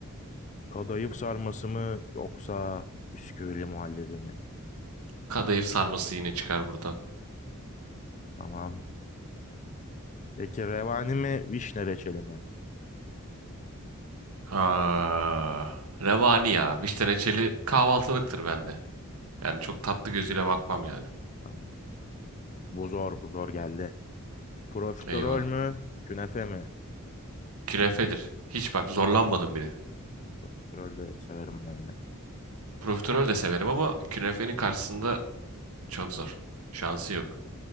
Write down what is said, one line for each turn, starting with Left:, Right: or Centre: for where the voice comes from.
Left: Kadayıf sarması mı yoksa bisküvili muhallebi mi?
Right: Kadayıf sarması yine çıkar buradan.
Left: Tamam. Peki revani mi, vişne reçeli mi?
Right: Ha. Revani ya. Vişne reçeli kahvaltılıktır bende. Yani çok tatlı gözüyle bakmam yani.
Left: Tamam. Bu zor, bu zor geldi. Profiterol
Right: Eyvah.
Left: mü, künefe mi?
Right: Künefedir. Hiç bak zorlanmadım bile.
Left: Profiterol de severim ben ya.
Right: Profiterol de severim ama künefenin karşısında çok zor. Şansı yok.